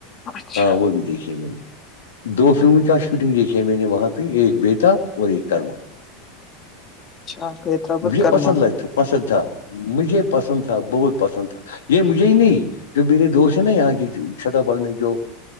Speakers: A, on the left; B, on the left.
A: اچھا
B: ہاں وہ بھی دیکھی م نے دو فلم کا شوٹنگ دیکھی میں نے وہاں پہ ایک بیتاب اور ایک کرما
A: اچھا بتابر
B: مجھے
A: کرما
B: پسند لگتا پسند تھا مجھے پسند تھا بہت پسند تھا یہ مجھے ہی نہیں جو میرے دوست نا یہاں کے چھتا بال میں جو